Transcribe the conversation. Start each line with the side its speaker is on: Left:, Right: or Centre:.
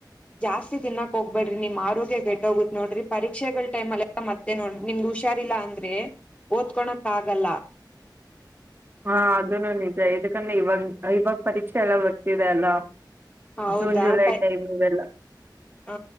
Left: ಜಾಸ್ತಿ ತಿನ್ನಾಕ್ ಹೋಗ್ಬೇಡ್ರಿ ನಿಮ್ ಆರೋಗ್ಯ ಕೆಟ್ಟೋಗತ್ ನೋಡ್ರಿ ಪರೀಕ್ಷೆಗಳ ಟೈಮ್ಲಲ್ಲ ಮತ್ತೆ ನೋಡ್ರಿ ನಿಮ್ಗ್ ಹುಷಾರಿಲ್ಲಾ ಅಂದ್ರೆ ಓದ್ಕೊಳಕ್ ಆಗಲ್ಲ
Right: ಹಾ ಅದನು ನಿಜ ಇದಕಂದ್ರೆ ಇವಾಗ ಇವಾಗ ಪರೀಕ್ಷೆ ಎಲ್ಲ ಬರ್ತಿದೆ ಅಲ್ಲ
Left: ಹೌದಾ
Right: ಜೂನ್ ಜುಲೈ
Left: ಬೈ
Right: ಟೈಮ್ ಇವೆಲ್ಲ
Left: ಹ